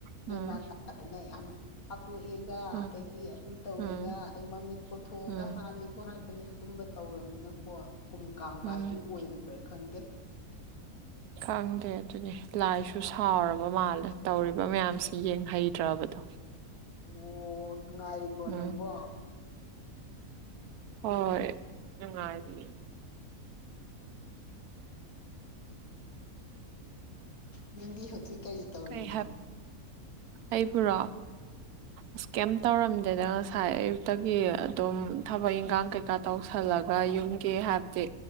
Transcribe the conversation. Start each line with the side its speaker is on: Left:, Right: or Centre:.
Right: ꯎꯝ
Left: ꯃꯦꯃꯥꯟ ꯇꯥꯗꯅ ꯌꯥꯝ ꯍꯥꯠꯇꯣꯛꯑꯦꯒ
Right: ꯎꯝ
Left: ꯑꯗꯒꯤ ꯑꯗꯨ ꯇꯧꯋꯦꯒ
Right: ꯎꯝ
Left: ꯑꯗꯩ ꯃꯃꯤꯠ ꯀꯣꯊꯣꯛꯑꯒ
Right: ꯎꯝ
Left: ꯍꯥꯠꯂꯤ ꯕꯣ ꯍꯥꯏꯕꯅꯦ ꯑꯗꯨꯝꯕ ꯇꯧꯔꯕꯃꯤꯅꯀꯣ ꯀꯨꯝ ꯀꯥꯡꯕ
Right: ꯎꯝ
Left: ꯍꯥꯏꯗꯨ ꯑꯣꯏꯔꯤꯕ꯭ꯔꯥ ꯈꯪꯗꯦ
Right: ꯈꯪꯗꯦ ꯑꯗꯨꯅꯦ ꯂꯥꯏꯁꯨ ꯁꯥꯎꯔꯕ ꯃꯥꯜꯂꯦ ꯇꯧꯔꯤꯕ ꯃꯌꯥꯝꯁꯤ
Left: ꯎꯝ
Right: ꯌꯦꯡꯍꯩꯗ꯭ꯔꯕꯗꯣ
Left: ꯑꯣ ꯉꯥꯏꯔꯤꯕꯣ
Right: ꯎꯝ
Left: ꯅꯪꯕꯣ
Right: ꯍꯣꯏ ꯅꯨꯡꯉꯥꯏꯔꯤ
Left: ꯅꯪꯗꯤ ꯍꯧꯖꯤꯛ ꯀꯔꯤ ꯇꯧꯔꯤꯅꯣ
Right: ꯀꯩ ꯍꯥꯏꯕ ꯑꯩꯕꯨꯔꯣ ꯏꯁ ꯀꯦꯝ ꯇꯧꯔꯝꯗꯦꯗ ꯉꯁꯥꯏ ꯑꯌꯨꯛꯇꯒꯤ ꯑꯗꯨꯝ ꯊꯕꯛ ꯏꯟꯈꯥꯡ ꯀꯩ ꯀꯥ ꯇꯧꯁꯜꯂꯒ ꯌꯨꯝꯒꯤ ꯍꯥꯏꯕꯗꯤ